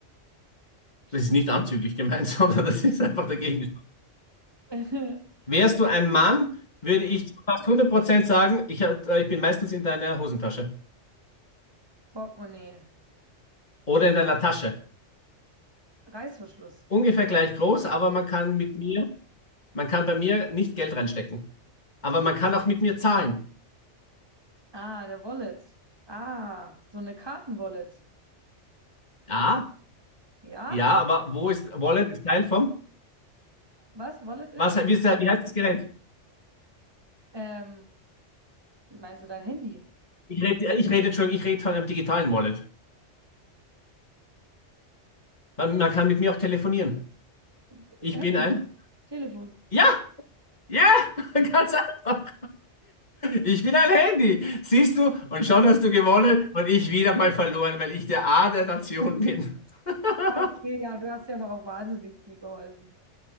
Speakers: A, on the right (about 20°); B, on the left (about 35°).
A: Schlu
B: Das ist nicht anzüglich gemeint, <laughs> sondern das ist einfach der Gegenstand.
A: <laughs>
B: Wärst du ein Mann, würde ich zu fast hundert Prozent sagen, ich, äh, ich bin meistens in deiner Hosentasche
A: Portemonnaie.
B: oder
A: Oh,
B: in deiner Tasche.
A: Reißverschluss.
B: Ungefähr gleich groß, aber man kann mit mir, man kann bei mir nicht Geld reinstecken. Aber man kann auch mit mir zahlen.
A: Ah, eine Wallet. Ah, so eine Kartenwallet.
B: Ja,
A: Ja?
B: ja, aber wo ist, Wallet ist Teil vom,
A: Was Wallet ist?
B: was, wie, ist, wie heißt das Gerät?
A: Ähm, meinst du dein Handy?
B: Ich rede, ich rede, Entschuldigung, ich rede von einem digitalen Wallet. Man, man kann mit mir auch telefonieren.
A: <laughs>
B: Ich
A: Hä?
B: bin ein,
A: Telefon.
B: ja! Ja, <laughs> ganz einfach. Ich bin ein Handy, siehst du? Und schon hast du gewonnen und ich wieder mal verloren, weil ich der A der Nation bin. <laughs>
A: Ja, Okay, ja, du hast ja aber auch wahnsinnig viel geholfen.